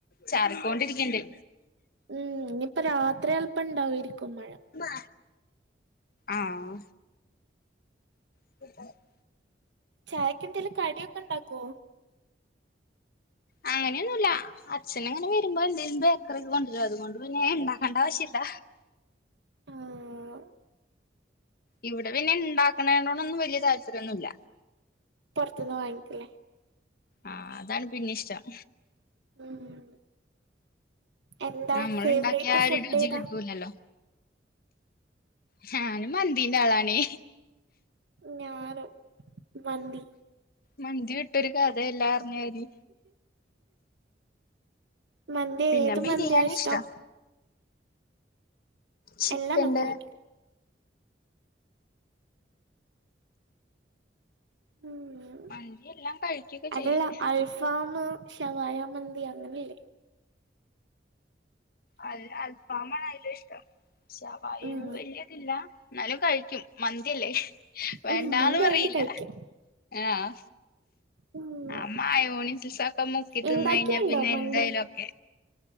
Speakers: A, on the left (about 55°); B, on the right (about 80°).
A: ചാറിക്കൊണ്ടിരിക്ക്ണ്ട്.
B: ഉംഹ് ഇനിപ്പ രാത്രി അല്പ്പം ഉണ്ടാവേരിക്കും മഴ.
A: മ്മ ആഹ്. <unintelligible>
B: ചായക്ക്ന്തേലും കടിയൊക്കെ ഉണ്ടാക്കുവോ?
A: അങ്ങനെയൊന്നുല്ല. അച്ഛന് അങ്ങനെ വരുമ്പോ എന്തേങ്കിലും ബേക്കറി കൊണ്ട്രും അതുകൊണ്ട് പിന്നെ ഉണ്ടാക്കേണ്ട ആവശ്യമില്ല.
B: ആഹ്
A: ഇവിടെ പിന്നെ ഉണ്ടാക്കണേണൊന്നും വല്ല്യ താല്പര്യന്നുല്ല.
B: പൊറത്തുന്ന് വാങ്ങിക്കല.
A: ആഹ് അതാണ് പിന്നെ ഇഷ്ടം.
B: ഉംഹ് എന്താ
A: നമ്മൾ
B: ഫേവറേറ്റ്
A: ഇണ്ടാക്കിയ ആ
B: ഫുഡ്
A: ഒരു രുചി
B: ഏതാ?
A: കിട്ടൂലല്ലോ ഞാന് മന്തിന്റെ ആളാണേ.
B: ഞാനും മന്തി.
A: മന്തി വിട്ടൊരു കഥല്ലാ പറിഞ്ഞാരി.
B: മന്തിയ
A: പിന്നെ
B: ഏത്
A: ബിരിയാണി
B: മന്തിയാ ഇഷ്ടം.
A: ഇഷ്ടാ ചിക്കന്റെ
B: എല്ലാ മന്തി കഴിക്കും ഉം
A: മന്തി എല്ലാം കഴിക്കൊക്കെ
B: അതല്ല
A: ചെയ്യും
B: അൽഫാം ഷവായ മന്തി അങ്ങനെല്ലേ
A: അല്ല അൽഫാമാണ് അയില് ഇഷ്ടം ഷവായ
B: ഉം
A: വല്യ ഇത് ഇല്ല ഇന്നാലും കഴിക്കും മന്തിയല്ലേ വേണ്ടാന്ന്
B: ഉം മന്തി
A: പറയില്ല
B: ആയോണ്ട് കഴിക്കും
A: ആഹ്
B: ഉം
A: ആ മായോണിസ് ഒക്കെ മുക്കി
B: ഇണ്ടാക്കിയുണ്ടോ
A: തിന്ന് കഴിഞ്ഞ പിന്നെ
B: മന്തി
A: എന്തായാലും ഒക്കെ